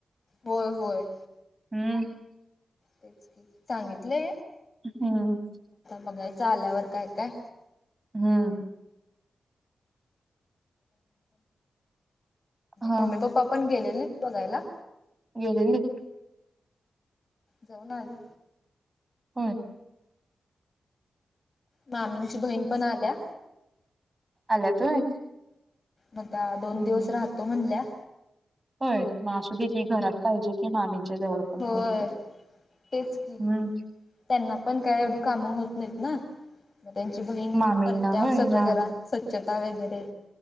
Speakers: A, on the left; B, on the right.
A: होय होय.
B: हम्म.
A: तेच क सांगितले.
B: हम्म.
A: बघाय चा आल्यावर काय काय?
B: हम्म. हा
A: मम्मी पप्पा पण गेलेले बघायला.
B: गेलेलीत
A: जाऊन आली.
B: हो.
A: मामींची बहीण पण आल्या
B: आला होय.
A: मता
B: हम्म
A: दोन दिवस राहतो म्हणल्या.
B: होय म असू देील घरात पाहिजे कि माम वळ पण
A: होय
B: कोणत
A: तेच की
B: हम्म.
A: त्यांना पण काय एवढी कामं होत नाहीत ना. मग त्यांची बहीण
B: मामींना
A: करत्या
B: होय
A: सगळ
B: हा
A: जरा स्वच्छता वगैरे